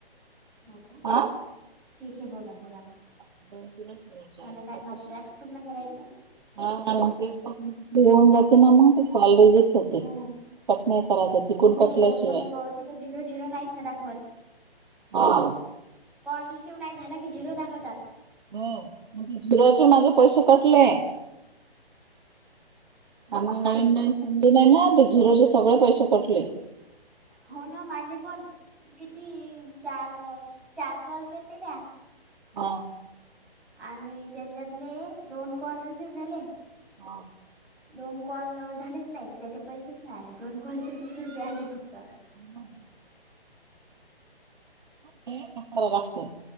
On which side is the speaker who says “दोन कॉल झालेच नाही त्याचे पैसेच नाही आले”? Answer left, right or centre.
Centre